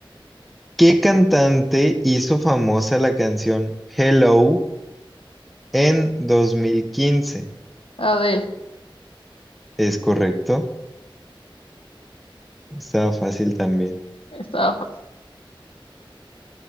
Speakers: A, in the centre; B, on the left.
A: ¿Qué cantante hizo famosa la canción Hello en dos mil quince
B: Adele,
A: Es correcto. Estaba fácil también.
B: estaba fácil.